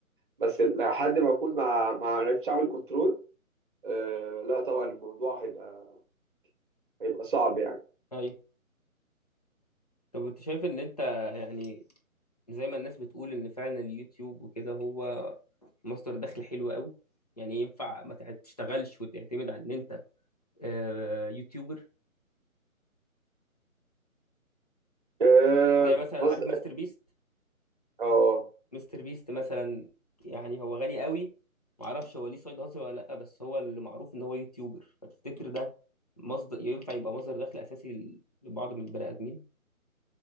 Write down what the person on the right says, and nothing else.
بس لحد ما اكون ما ما عرفتش اعمل كنترول آه لا طبعا الموضوع هيبقى هيبقى صعب يعني
آه
بص
اه